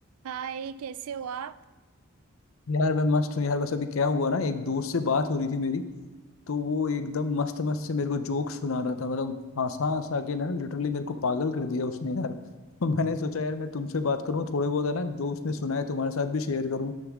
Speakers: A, on the right (about 80°); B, on the left (about 65°).
A: हाय कैसे हो आप
B: यार मैं मस्त हूँ यार बस अभी क्या हुआ ना एक दोस्त से बात हो रही थी मेरी तो वो एकदम मस्त मस्त से मेरे को जोक सुना रहा था मतलब हंसा हंसा के ना लिटरली मेरे को पागल कर दिया उसने यार <laughs> तो मैंने सोचा यार मैं तुमसे बात करूँ थोड़े बहुत है ना जो उसने सुनाए तुम्हारे साथ भी शेयर करूँ